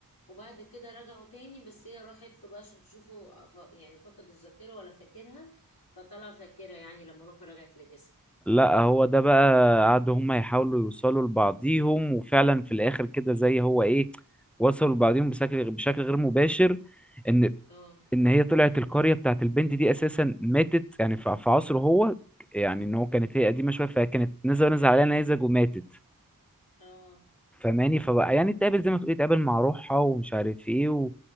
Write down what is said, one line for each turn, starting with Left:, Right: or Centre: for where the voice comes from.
Left: وبعد كده رجعوا تاني بس هي راحت له بقى عشان تشوفه ف- يعني فقد الذاكرة ولا فاكرها فطلع فاكرها يعني لما روحه رجعت لجسمه
Centre: لا هو ده بقى قعدوا هما يحاولوا يوصلوا لبعضيهم وفعلا في الاخر كده زي هو ايه وصلوا لبعضيهم بشكل بشكل غير مباشر ان
Left: اه
Centre: ان هي طلعت القرية بتاعت البنت دي اساسا ماتت يعني في في عصره هو يعني ان هو كانت هي قديمة شوية فكانت نزل نزل عليها نيزك وماتت
Left: اه
Centre: فماني فبقى يعني اتقابل زي ما تقولي اتقابل مع روحها ومش عارف ايه و...